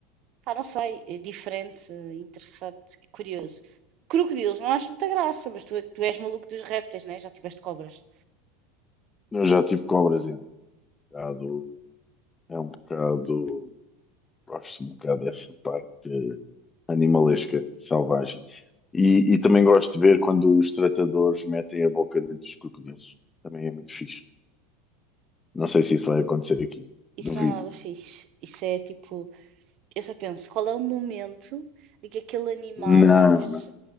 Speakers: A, on the right (about 45°); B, on the left (about 20°).
A: pá, não sei, eh, diferente, eh, interessante, e curioso. Crocodilos, não acho muita graça, mas tu, é- tu és maluco dos répteis, né? Já tiveste cobras.
B: Eu já tive cobras, é um bocado, é um bocado, gosto um bocado dessa parte animalesca, selvagem. E, e também gosto de ver quando os tratadores metem a boca dentro dos crocodilos. Também é muito fixe. Não sei se isso vai acontecer aqui.
A: Isso
B: Duvido.
A: não é nada fixe. Isso é tipo. Eu só penso, qual é o momento em que aquele animal
B: Não.
A: vai, fech-